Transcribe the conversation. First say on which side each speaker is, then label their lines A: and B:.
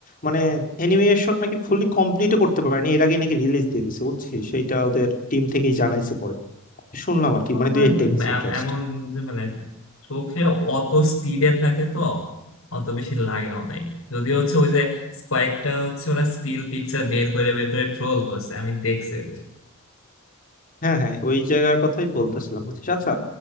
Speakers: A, on the left; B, on the left.
A: মানে অ্যানিমেশন নাকি ফুলি কমপ্লিটও করতে পারেনি এর আগে নাকি রিলিজ দিয়ে দিছে বুঝছিস সেইটা ওদের টিম থেকেই জানাইছে পরে শুনলাম আর
B: তো
A: কি মানে
B: আমার
A: দুই একটা এপিসোড
B: এম-
A: জাস্ট
B: এমন যে মানে চোখে অত স্পিডে থাকে তো অত বেশি লাগে নাই যদিও হচ্ছে ওই যে কয়েকটা হচ্ছে ওরা স্টিল পিকচার বের করে বের করে ট্রোল করছে আমি দেখছি ওইগুলো।
A: হ্যাঁ হ্যাঁ ওই জায়গার কথাই বলতেছিলাম বুঝছিস আচ্ছা